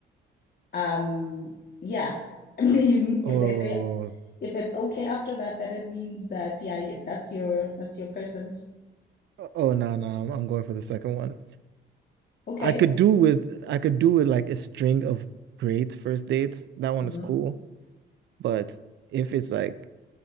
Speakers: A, on the left; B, on the right.
A: Um, yeah. I mean,
B: Oh,
A: if they say if it's okay after that, then it means that yeah, y- that's your that's your person.
B: oh no, no, I'm, I'm going for the second one.
A: Okay.
B: I could do with I could do with like a string of great first dates. That one
A: Mhm.
B: is cool. But if it's like